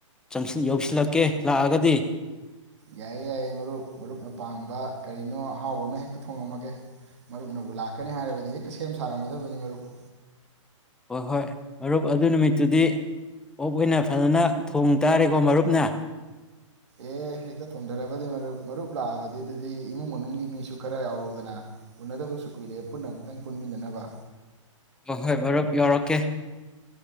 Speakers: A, in the centre; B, on the right.
A: ꯆꯪꯁꯤꯟ ꯌꯧꯁꯤꯟ ꯂꯥꯛꯀꯦ ꯂꯥꯛ ꯑ-ꯒ ꯗꯤ꯫
B: ꯌꯥꯏꯌꯦ-ꯌꯥꯏꯌꯦ ꯃꯔꯨꯞ ꯃꯔꯨꯞꯅ ꯄꯥꯝꯕ ꯀꯥꯔꯤꯅꫭ ꯑꯍꯥꯎꯕ ꯑꯃ ꯍꯦꯛꯇ ꯊꫭꯡꯉꯝ ꯃꯒꯦ ꯃꯔꯨꯞꯅꯕꯨ ꯂꯥꯛꯀꯅꯤ ꯍꯥꯏꯔꯕꯗꯤ ꯍꯦꯛꯇ ꯁꯦꯝ ꯁꯥꯔꯝꯒꯗꯕꯅꯤ ꯃꯔꯨꯞ꯫
A: ꯍꫭꯏ-ꯍꫭꯏ ꯃꯔꯨꯞ ꯑꯗꯨꯏ ꯅꯨꯃꯤꯠꯇꯨꯗꯤ ꯑꯣꯛ ꯑꫭꯏꯅ ꯐꯖꯅ ꯊꫭꯡꯇꯥꯔꯦ ꯃꯔꯨꯞꯅ꯫
B: ꯑꯦ ꯍꯦꯛꯇ ꯊꯣꯡꯊꯔꯕꯅꯤ ꯃꯔꯨꯞ ꯃꯔꯨꯞ ꯂꯥꯛꯑꯕꯗꯤ ꯃꯗꯨꯗꯤ ꯏꯃꯨꯡ ꯃꯅꯨꯡꯒꯤ ꯃꯤꯁꯨ ꯈꯔ ꯌꯥꯎꯔꯛ ꯎꯗꯅ ꯎꯅꯗꯕꯁꯨ ꯀꯨꯏꯔꯦ ꯄꯨꯟꯅ ꯑꯝꯇꯪ ꯄꯨꯟꯅ ꯃꯤꯟꯅꯅꯕ꯫
A: ꯍꫭ-ꯍꫭꯏ ꯃꯔꯨꯞ ꯌꯥꯎꯔꯛꯀꯦ꯫